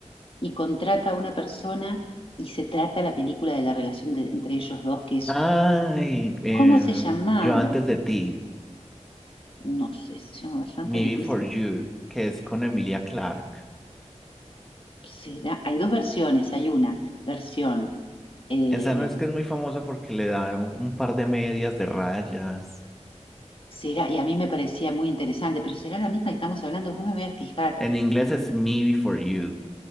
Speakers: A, on the left; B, in the centre.
A: y contrata a una persona y se trata la película de la relación de- entre ellos dos, que es,
B: Ay, em,
A: ¿cómo se llamaba?
B: yo antes de ti,
A: No sé, ¿se llamaba yo antes
B: Me
A: de ti?
B: Before You, que es con Emilia Clarke.
A: ¿Será? Hay dos versiones, hay una versión, eh,
B: Esa no es que es muy famosa porque le da un, un par de medias de rayas.
A: será, y a mí me parecía muy interesante, pero será la misma que estamos hablando, vos me voy a fijar,
B: En inglés es Me Before You.